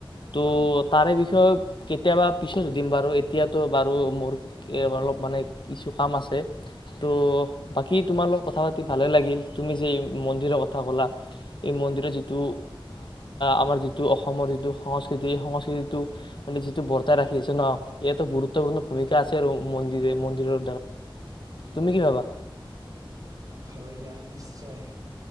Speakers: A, on the left; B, on the right.
A: তো
B: অ
A: তাৰে বিষয়ে কেতিয়াবা পিছত সুধিম বাৰু এতিয়াতো বাৰু মোৰ অলপ মানে কিছু কাম আছে ত' বাকী তোমাৰ লগত কথা পাতি ভালেই লাগিল তুমি যে এই মন্দিৰৰ কথা ক'লা এই মন্দিৰৰ যিটো আমাৰ যিটো অসমৰ যিটো সংস্কৃতি এই সংস্কৃতিটো মানে যিটো বৰ্তাই ৰাখি আছে ন ইয়াটো গুৰুত্বপূৰ্ণ ভূমিকা আছে আৰু মন্দিৰ মন্দিৰৰ <unintelligible> তুমি কি ভাবা
B: হয় দিয়া নিশ্চয়